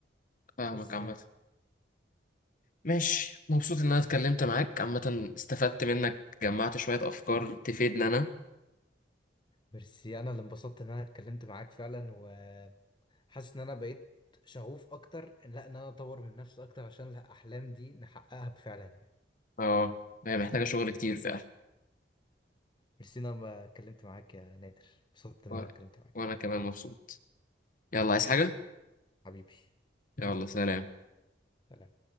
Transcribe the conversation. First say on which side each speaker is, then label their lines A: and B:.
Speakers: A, on the left (about 50°); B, on the left (about 25°).
A: فاهمك
B: بس
A: عامة
B: يعني
A: ماشي مبسوط إن أنا اتكلمت معاك عامة استفدت منك جمعت شوية أفكار تفيدني أنا
B: ميرسي انا اللي انبسطت ان انا اتكلمت معاك فعلا وحاسس ان انا بقيت شغوف اكتر لا ان انا اطور من نفسي اكتر عشان الاحلام دي نحققها فعلا يعني
A: اه هي محتاجة شغل كتير فعلا
B: ميرسي إن انا ما اتكلمت معاك يا نادر انبسطت ان
A: وأنا
B: انا اتكلمت معاك
A: وأنا كمان مبسوط يلا عايز حاجة؟
B: حبيبي
A: يلا سلام
B: سلام